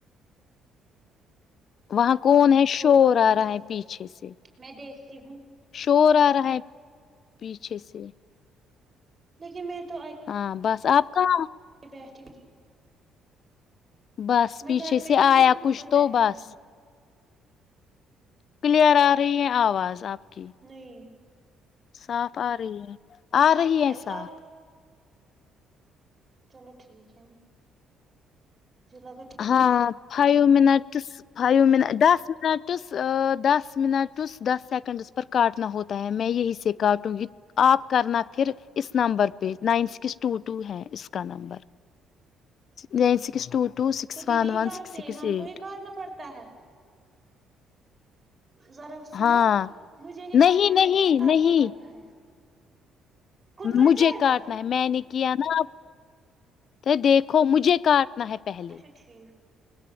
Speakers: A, on the left; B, on the right.
A: وہاں کون
B: ہاں
A: ہے
B: کوئی
A: شور
B: بات نہیں
A: آ رہا ہے پیچھے سے
B: میں دیکھتی ہوں
A: شور آ رہا ہے پیچھے سے
B: <unintelligible> لیکن میں تو
A: ہاں بس آپ کہاں
B: بی
A: بس
B: میں
A: پیچھے
B: گھر
A: سے
B: پہ ہی
A: آیا
B: ہوں اوپر
A: کچھ تو
B: بیٹھی
A: بس
B: ہوں
A: کلیئر آ رہی ہے آواز آپ کی
B: نہیں
A: صاف آ رہی ہے آ
B: آپ
A: رہی
B: کی
A: ہیں صاف
B: آپ چلو ٹھیک ہے ج لگت
A: ہاں فائیو منٹس فائیو منٹس دس منٹس دس منٹس دس سیکنڈس پر کاٹنا ہوتا ہے میں یہی سے کاٹوں گی آپ کرنا پھر اس نمبر پہ نائن سکس ٹو ٹو ہے اس کا number nine six two two سکس
B: خود
A: ون
B: ہی نہیں
A: ون
B: کہتے
A: سکس سکس
B: ہم
A: ایٹ
B: کو ہی کاٹنا پڑتا ہے ذرا سنو
A: ہاں
B: مجھے یہ
A: نہیں
B: کاٹنا
A: نہیں
B: ہے کہ آپ
A: نہیں
B: کو کاٹنا ہے خود کٹ
A: مجھے
B: جائے
A: کاٹن
B: گا
A: ہے م میں نےنی ک نا تو دیکھو مجھے کاٹنا ہے پہلے
B: اچھا ٹھیک